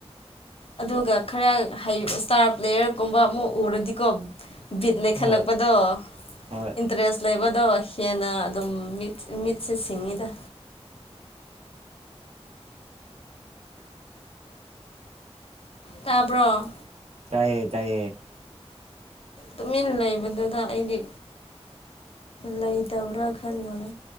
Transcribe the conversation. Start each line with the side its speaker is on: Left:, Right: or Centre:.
Left: ꯑꯗꯨꯒ ꯈꯔ ꯍꯩ ꯏꯁꯇꯥꯔ ꯄ꯭ꯂꯦꯌꯔꯒꯨꯝꯕ ꯑꯃꯨꯛ ꯎꯔꯗꯤꯀꯣ ꯕꯤꯠ ꯂꯩꯈꯠꯂꯛꯄꯗꯣ
Right: ꯍꯣꯏ ꯍꯣꯏ
Left: ꯏꯟꯇꯔꯦꯁ ꯂꯩꯕꯗꯣ ꯍꯦꯟꯅ ꯑꯗꯨꯝ ꯃꯤꯠ ꯃꯤꯠꯁꯦ ꯁꯤꯡꯉꯤꯗ ꯇꯥꯕ꯭ꯔꯣ
Right: ꯇꯥꯏꯌꯦ ꯇꯥꯏꯌꯦ
Left: ꯇꯨꯃꯤꯟ ꯂꯩꯕꯗꯨꯗ ꯑꯩꯗꯤ ꯂꯩꯇꯕ꯭ꯔ ꯈꯜ <unintelligible>